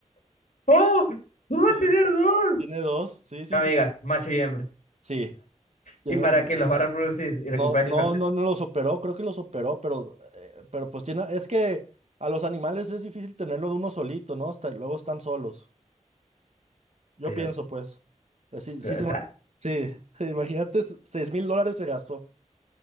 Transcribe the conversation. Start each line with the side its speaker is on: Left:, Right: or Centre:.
Left: ¡Oh! ¡No
Right: Sí,
Left: va a tener dos!
Right: tiene dos, sí, sí,
Left: No me
Right: sí.
Left: digas, macho y hembra.
Right: Sí, tiene
Left: ¿Y para
Right: más.
Left: qué los va a reproducir y
Right: No,
Left: recuperar
Right: no,
Left: la inversión?
Right: no, no los operó, creo que los operó, pero, eh, pero pues tiene, es que a los animales es difícil tenerlo de uno solito, ¿no? Hasta, luego están solos. Yo
Left: Pero,
Right: pienso, pues, eh, sí,
Left: pero,
Right: sí, se
Left: o sea,
Right: ma- sí, <laughs> imagínate, seis mil dólares se gastó.